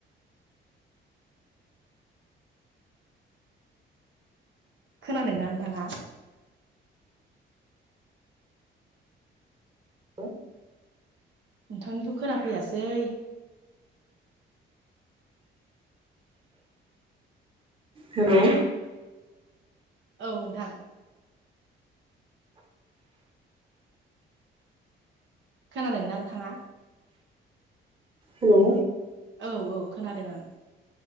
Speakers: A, on the right; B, on the right.
A: <inaudible>
B: खोनादोंना नोंथाङा?
A: औ।
B: नोंथांनिखौ खोनाफैयासै?
A: <unintelligible> हेलौ
B: औ नोंथां। खोनादोंना नोंथाङा?
A: हेलौ
B: औ औ खोनादों आं।